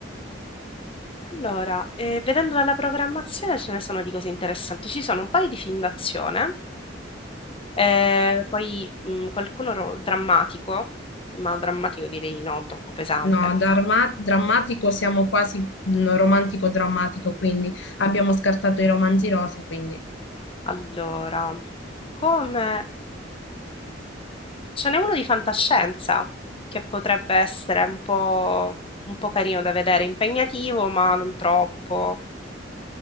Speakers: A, on the left (about 30°); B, on the left (about 70°).
A: Allora, eh, vedendo dalla programmazione ce ne sono di cose interessanti, ci sono un paio di film d'azione Eh, poi mh, qualcuno ro- drammatico, ma drammatico direi di no, troppo pesante.
B: No, darma- drammatico siamo quasi mm, romantico-drammatico, quindi abbiamo scartato i romanzi rosa, quindi
A: Allora, come ce n'è uno di fantascienza che potrebbe essere un po', un po' carino da vedere, impegnativo, ma non troppo.